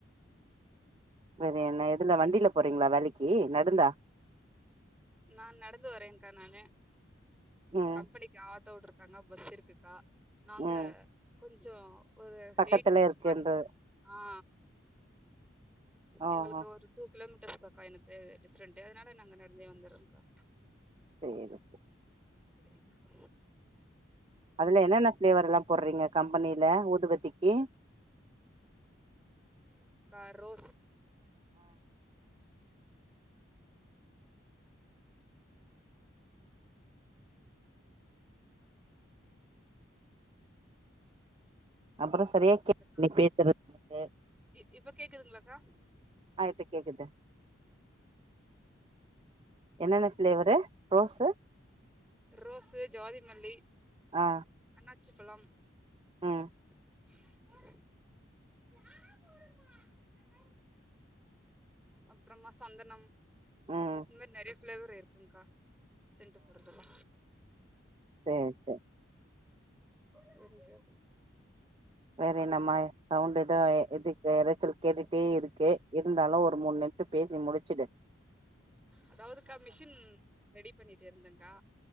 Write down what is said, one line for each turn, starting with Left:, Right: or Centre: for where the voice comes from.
Right: வேற என்ன எதுல வண்டில போறீங்ளா வேலக்கி நடந்தா
Centre: நா நடந்து வரேங்க்கா நானு
Right: ம்
Centre: கம்பெனிக்கு ஆட்டோ ஓட்டுறக் காங்க பஸ் இருக்குக்கா நாங்க
Right: ம்
Centre: கொஞ்சோ ஒரு
Right: பக்கத்துல
Centre: ஹெயிட்
Right: இருக்குன்ற
Centre: ஃபாட்டி ஆ
Right: ஓஹோ
Centre: எங்களுக்கு ஒரு டூ கிலோமீட்ட டிஸ்க்கா எனக்கு டிஃப்ரெண்ட் அதனால நாங்க நடந்தே வந்துறோக்கா.
Right: சேரு
Centre: சேரிங்க்கா
Right: அதுல என்னன்ன ஃபிளேவர்ல்லா போற்றீங்க கம்பனில ஊதுவத்திக்கி
Centre: ஆ ரோஸ்
Right: அப்பற சரியா
Centre: இருக்குக்கா.
Right: கே நி பேசுறத் எனக்கு
Centre: இ இப்ப கேக்குதுங்களாக்கா
Right: ஆ இப்ப கேக்குது என்னென்ன ஸ்லேவரு ப்ரோஸு
Centre: ரோஸ் ஜோதி மல்லி
Right: ஆ
Centre: அண்ண பிச்சிப்பழம்
Right: ம்
Centre: <inaudible> அப்றமா சந்தனம்
Right: ம்
Centre: இந் மாரி நெறைய ஃப்ளேவர் இருக்குங்க்கா செண்டுபுர்தல
Right: செரி செரி
Centre: செரிக்க
Right: வேறு நம்ம சவுண்டு எதோ எ எதுக்கு எறச்சல் கேட்டுட்டே இருக்கு இருந்தாலு ஒரு மூணு நிம்ஷொ பேசி முடிச்சிடு
Centre: அதாவதுக்கா மிஷின் ரெடி பண்ணிட்டு இருந்தேக்கா